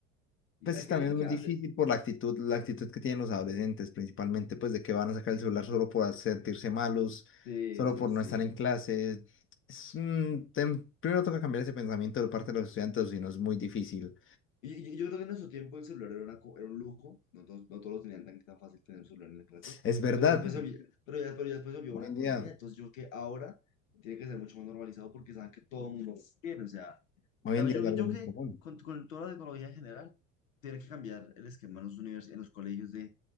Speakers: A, on the left; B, on the left.
A: Y
B: Pues
A: es
B: que
A: que
B: también
A: yo creo
B: es muy
A: que
B: difícil
A: antes.
B: por la actitud, la actitud que tienen los adolescentes, principalmente, pues de que van a sacar el celular solo por sentirse malos,
A: Sí,
B: solo
A: sí,
B: por
A: sí.
B: no estar en clase. Es un
A: sí.
B: tem- Primero toca cambiar ese pensamiento de parte de los estudiantes, o si no es muy difícil.
A: Y, y- y yo creo que en nuestro tiempo el celular era, una co- era un lujo. No todos, no todos lo tenían tan, tan fácil tener un celular en la clase.
B: Es verdad,
A: Pero ya después se volvió, pero ya, pero ya después se volvió
B: hoy
A: una
B: en
A: comodidad.
B: día,
A: Entonces yo creo que ahora tiene que ser mucho más normalizado porque saben que todo el mundo lo tiene. O sea,
B: hoy
A: tal
B: en
A: vez
B: día
A: yo,
B: es algo
A: yo
B: muy
A: creo
B: común.
A: que con, con toda la tecnología en general, tiene que cambiar el esquema en los univers- en los colegios de,